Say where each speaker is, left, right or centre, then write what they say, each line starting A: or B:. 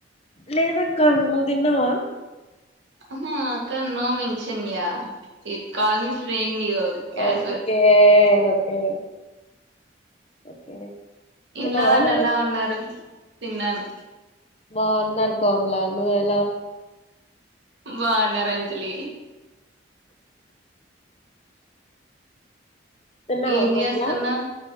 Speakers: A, on the left; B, on the right.
A: లేదక్క నువ్వు తిన్నావా
B: ఆహా అక్క నో మెన్షన్ యా ఇ call me friend yo casual
A: okay okay okay
B: ఇంట్లో
A: తిన్నావా
B: వాళ్ళు
A: నువ్వు
B: ఎలా ఉన్నారు తిన్నాను
A: బాగున్నారు కోమల నువు ఎల్
B: బన్నారు అంజలి
A: తిన్నావా
B: ఏం
A: కోమల
B: చేస్తున్నావ్